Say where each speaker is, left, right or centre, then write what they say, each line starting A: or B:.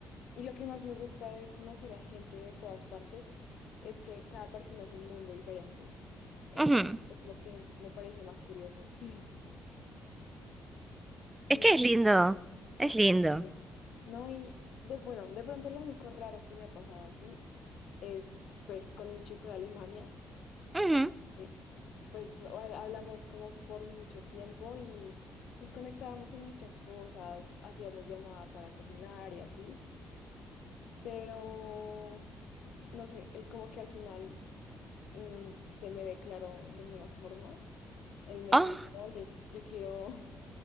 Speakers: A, on the left (about 75°); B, on the right (about 15°).
A: Y lo que más me gusta de conocer a gente de todas partes es que cada persona es un mundo diferente. Entonces,
B: ujú.
A: es lo que me parece más curioso. <laughs> Sí.
B: Es que es lindo. Es
A: Bastante.
B: lindo.
A: No, y de bueno, de pronto lo único raro que me ha pasado así es fue con un chico de Alemania.
B: Ujú.
A: eh, Pues o- eh, hablamos como por mucho tiempo y, y conectábamos en muchas cosas, hacíamos llamada para cocinar y así, pero no sé, él como que al final mm, se me declaró de alguna forma. Él me
B: Oh,
A: dijo, oye, yo quiero <laughs>